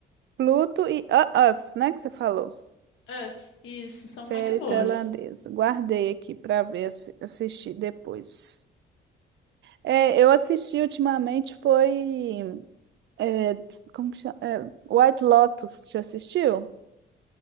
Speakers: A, on the right; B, on the left.
A: Pluto e uh, Us, né? Que você falou.
B: Us, isso,
A: Série
B: são muito boas.
A: tailandesa. Guardei aqui para ver assi- assistir depois. É, eu assisti ultimamente foi é, como que chama? É, White Lotus, já assistiu?